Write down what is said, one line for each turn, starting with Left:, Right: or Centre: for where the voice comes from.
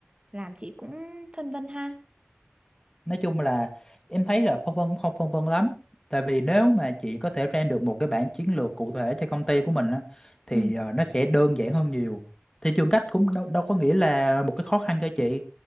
Right: làm chị cũng phân vân ha
Left: nói chung là em thấy là phân vân không phân vân lắm tại vì nếu mà chị có thể ra được một cái bản chiến lược cụ thể cho công ty của mình á, thì
Right: ừ.
Left: ờ, nó sẽ đơn giản hơn nhiều thị trường cách cũng đâu, đâu có nghĩa là một cái khó khăn cho chị